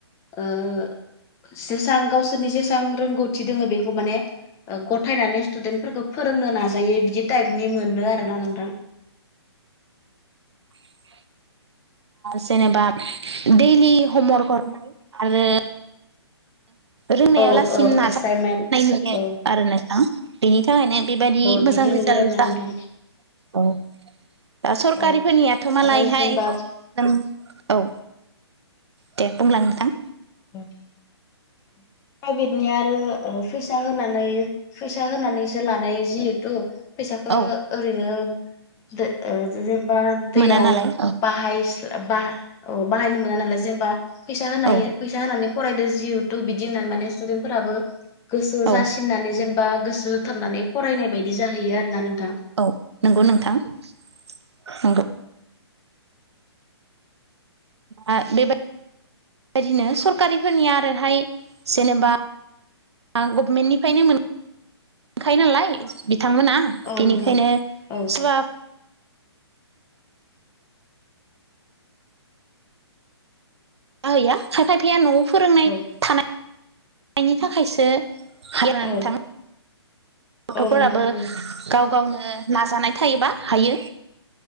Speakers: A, on the left; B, on the right.
A: ओ जेसां गावसोरनि जेसां रोंगौथि दोङो बेखौ माने ओ गथायनानै स्टुदेन्ट फोरफोरखौ फोरोंनो नाजायो बिदि टाइपनि मोनो आरोना नोंथां
B: <unintelligible> जेनेबा दैडलि हमवर्क हरनाय आरो रोंनायाव
A: औ
B: लासिम
A: औ
B: नाजाथाबबाय
A: एसाइनमेन्ट
B: थानाय नुयो
A: औ
B: आरो नोंथां बेनि थाखायनो बेबायादि
A: औ
B: मोजां
A: बिदि
B: रिजाल्ट
A: नुयो आरोना
B: जाहै
A: नोंथां।
B: औ दा सरकारिफोरनियाथ'
A: औ
B: मालायहाय
A: आरो जेनेबा
B: ओम औ दे बुंलां नोंथां
A: <unintelligible> प्राइभेटनिया आरो फैसा होनानै फैसा होनानैसो लानाय जिहेथु फैसाखौ
B: औ
A: ओरैनो दो ओ जेनेबा
B: मोना
A: दैयाव
B: नालाय औ
A: बाहायस बा अ बाहायनो मोना नालाय जेनेबा फैसा होनाय
B: औ
A: फैसा होनानै फरायदो जिहेथु बिदि दि होननानै माने स्टुदेन्ट फोराबो गोसो
B: औ
A: जासिननानै जेन बा गोसो होथारनानै फरायनाय बायदि जाहैयो आरो ना नोंथां
B: औ नंगौ नोंथां नंगौ आ बे बायदिनो सरकारिफोरनिया आरोहाय जेनेबा आं गभमेन्टनिफ्रायनो मोन मोनखायो नालाय बिथांमोना
A: औ
B: बेनिखायनो
A: नोंथां
B: <unintelligible>
A: औ
B: जाहैया खायफाफैया न'आव फोरोंनाय
A: औ
B: थानायनि थाखायसो हायोना
A: औ
B: नोंथां गथ'फोराबो
A: औ नोंथां औ
B: गाव गावनो नाजानाय थायोबा हायो